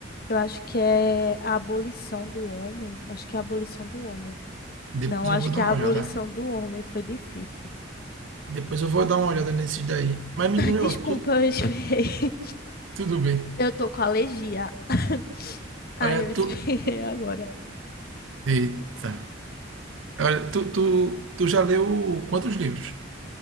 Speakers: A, on the left (about 50°); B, on the right (about 85°).
A: eu acho que é A Abolição do Homem. Acho que é A Abolição do Homem.
B: Depois
A: Não,
B: eu
A: acho
B: vou dar
A: que
B: uma
A: é A Abolição
B: olhada.
A: do Homem foi difícil.
B: Depois eu vou dar uma olhada nesses daí. Mas me
A: <laughs>
B: diz um negócio,
A: Desculpa,
B: tu-
A: eu espirrei.
B: tudo bem.
A: Eu tô com alergia. <laughs> Ah,
B: Olha,
A: eu espirrei
B: tu.
A: agora.
B: Eita. Olha, tu, tu, tu já leu quantos livros?